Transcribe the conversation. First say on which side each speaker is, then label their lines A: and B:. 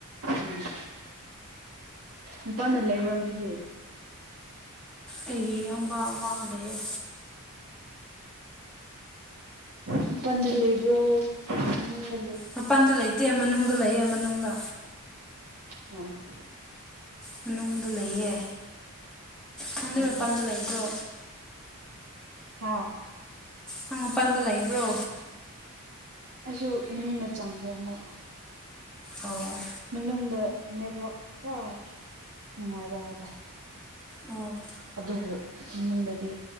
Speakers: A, on the right; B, in the centre.
A: ꯎꯝ ꯃꯄꯥꯜꯗ ꯂꯩꯕ꯭ꯔꯣ ꯑꯗꯨꯗꯤ
B: ꯑꯩꯒꯤ ꯢꯌꯥꯝꯕ ꯑꯃꯒ ꯂꯩꯌꯦ
A: ꯃꯄꯥꯟꯗꯥ ꯂꯩꯕꯔꯣ ꯏꯃꯨꯡꯗ
B: ꯃꯄꯜꯗ ꯂꯩꯇꯦ ꯃꯅꯨꯡꯗ ꯂꯩ ꯃꯅꯨꯡꯗ
A: ꯑꯣ
B: ꯃꯅꯨꯡꯗ ꯂꯩꯌꯦ ꯅꯪꯗꯤ
A: ꯑꯣ
B: ꯃꯄꯥꯟꯗ ꯂꯩꯕ꯭ꯔꯣ
A: ꯍꯥ
B: ꯅꯪ ꯃꯄꯥꯟꯗ ꯂꯩꯕ꯭ꯔꯣ
A: ꯑꯩꯁꯨ ꯃꯃꯤꯗ ꯆꯪꯈ꯭ꯔꯦ ꯑꯃꯨꯛ
B: ꯑꯣ
A: ꯃꯅꯨꯡꯗ ꯅꯦꯠꯋꯥꯛ ꯈꯔ ꯅꯨꯡꯉꯥꯏꯕ ꯍꯥꯏꯇꯥꯔꯦ
B: ꯑꯣ
A: ꯑꯗꯨꯕꯨ ꯃꯅꯨꯡꯗꯗꯤ